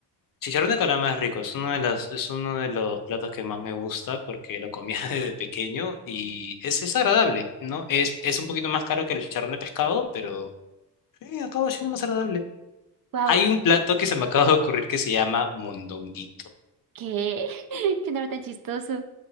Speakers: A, on the left (about 50°); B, on the right (about 55°).
A: Chicharrón de calamar es rico, es uno de las, es uno de los platos que más me gusta porque lo comía <laughs> desde pequeño y es, es agradable, ¿no? Es, es un poquito más caro que el chicharrón de pescado, pero eh, acaba siendo más agradable.
B: ¡Wow!
A: Hay un plato que se me acaba de ocurrir que se llama mondonguito.
B: ¿Qué? <laughs> ¡Qué nombre tan chistoso!